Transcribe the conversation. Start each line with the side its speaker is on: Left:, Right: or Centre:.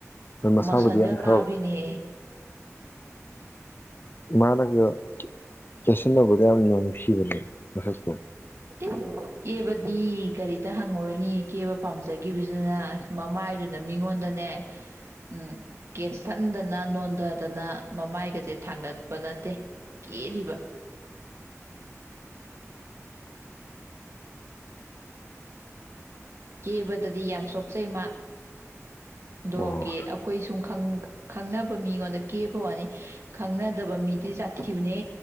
Left: ꯍꯣꯏ ꯃꯁꯥꯕꯨꯗꯤ
Right: ꯃꯁꯟꯒ
Left: ꯌꯥꯝ
Right: ꯀꯥꯕꯤꯅꯤ
Left: ꯐꯕ ꯃꯥꯅꯒ ꯀꯦꯁꯤꯟꯅꯕꯗ ꯌꯥꯝꯅ ꯅꯨꯡꯁꯤꯕꯅꯦ ꯃꯁꯛꯇꯣ
Right: <unintelligible> ꯀꯦꯕꯗꯤ ꯀꯔꯤꯗ ꯍꯪꯉꯨꯔꯅꯤ ꯀꯦꯕ ꯄꯥꯝꯖꯒꯤꯕꯖꯤꯅ ꯃꯃꯥꯏꯗꯨꯅ ꯃꯤꯉꯣꯟꯗꯅꯦ ꯎꯝ ꯀꯦꯁꯟꯗꯅ ꯅꯣꯟ ꯗꯗꯅ ꯃꯃꯥꯏꯒꯁꯦ ꯊꯥꯡꯒꯠꯄ ꯅꯠꯇꯦ ꯀꯦꯔꯤꯕ ꯀꯦꯕꯗꯗꯤ ꯌꯥꯝ ꯆꯣꯞꯆꯩ ꯃꯥ ꯑꯗꯣ
Left: ꯑꯣ
Right: ꯀꯦ ꯑꯈꯣꯏ ꯁꯨꯝ ꯈꯪꯅꯕ ꯃꯤꯉꯣꯟꯗ ꯀꯦꯕ ꯋꯥꯅꯤ ꯈꯪꯅꯗꯕ ꯃꯤꯗꯤ ꯖꯥꯠꯊꯤꯕꯅꯦ